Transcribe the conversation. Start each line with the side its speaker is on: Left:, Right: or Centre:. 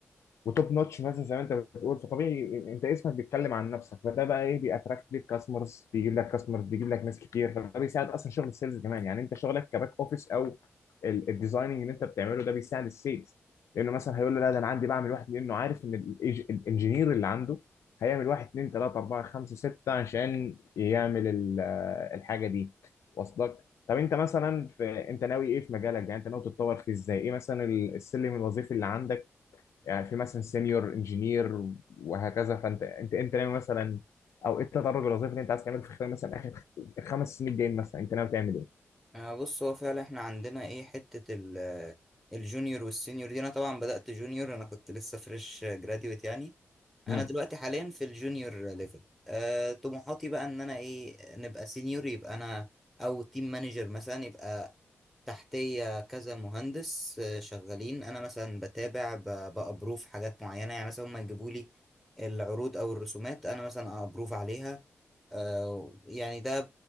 Left: وتوب نوتش مثلا زي ما انت بتقول فطبيعي انت اسمك بيتكلم عن نفسك فده بقى ايه بيأتراكت ليك كاستمرز بيجيب لك كاستمرز بيجيب لك ناس كتير فده بيساعد اصلا شغل السيلز كمان يعني انت شغلك كباك اوفيس او الديزايننج اللي انت بتعمله ده بيساعد السيلز لانه مثلا هيقول له لا ده انا عندي بعمل واحد لانه عارف ان الانجينير اللي عنده هيعمل واحد اتنين تلاته اربعه خمسه سته عشان يعمل ال- الحاجه دي واصلك طب انت مثلا في انت ناوي ايه في مجالك ده يعني انت ناوي تتطور فيه ازاي ايه مثلا ال- السلم الوظيفي اللي عندك يعني في مثلا سينيور انجينير وهكذا فانت انت انت ناوي مثلا او ايه التدرج الوظيفي اللي انت عايز تعمله في خلال مثلا اخر خمس سنين الجايين مثلا انت ناوي تعمل ايه؟
Centre: آه، بص هو فعلا احنا عندنا ايه حتة ال- آه، الجونيور والسينيور دي انا طبعا بدأت جونيور انا كنت لسه فريش جراديويت يعني انا
Left: مم.
Centre: دلوقتي حاليا في الجونيور ليفل أه طموحاتي بقى ان انا ايه نبقى سينيور يبقى انا او تيم مانجر مثلا يبقى تحتية كذا مهندس آه، شغالين انا مثلا بتابع ب- بأبروف حاجات معينة يعني مثلا هم يجيبوا لي العروض او الرسومات انا مثلا ابروف عليها آه يعني ده